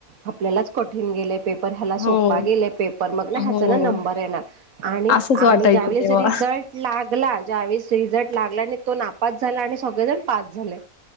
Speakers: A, on the right; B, on the left.
A: आपल्यालाच कठीण गेलंय. पेपर ह्याला सोप्पा
B: हो,
A: गेलाय पेपर मग ना
B: हो.
A: ह्याचा ना नंबर येणार. आणि
B: असंच वाटायचं
A: आणि ज्यावेळेस
B: तेव्हा.
A: रिझल्ट लागला ज्यावेळेस रिझल्ट लागला आणि तो नापात झाला आणि सगळेजण पाच झाले